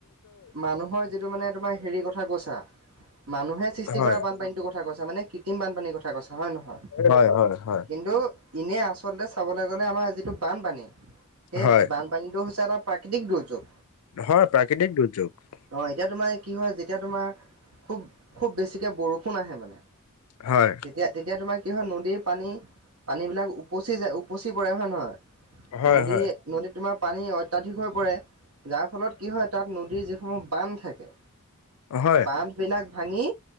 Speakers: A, on the right; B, on the left.
A: মানুহৰ যিটো মানে হেৰি কথা কৈছা। মানুহে সৃষ্টি
B: হয়
A: কৰা বানপানীটোৰ কথা কৈছা, মানে কৃত্ৰিম বানপানীৰ কথা কৈছা। হয় নহয়?
B: হয় হয় হয়
A: কিন্তু এনে আচলতে চাবলৈ গ'লে আমাৰ যিটো বানপানী সেই
B: হয়
A: বান পানীটো হৈছে এটা প্ৰাকৃতিক দুৰ্যোগ।
B: হয়, প্ৰাকৃতিক দুৰ্যোগ।
A: অ' এতিয়া তোমাৰ কি হয়, যেতিয়া তোমাৰ খুব খুব বেছিকে বৰষুণ আহে মানে।
B: হয়'।
A: তেতিয়া-তেতিয়া তোমাৰ কি হয়, নদীৰ পানী পানীবিলাক উপচি যায় উপচি পৰে। হয়নে নহয়?
B: হয়
A: নদী-নদীত
B: হয়
A: তোমাৰ পানী অত্যাধিক হৈ পৰে। যাৰ ফলত কি হয় তাত নদীৰ যিসমূহ বান্ধ থাকে।
B: হয়।
A: বানবিলাক ভাঙি